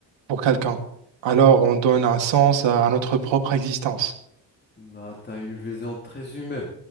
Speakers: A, on the right; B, on the left.
A: pour quelqu'un. Alors on donne un sens à notre propre existence.
B: Bah, t'as une vision très humaine,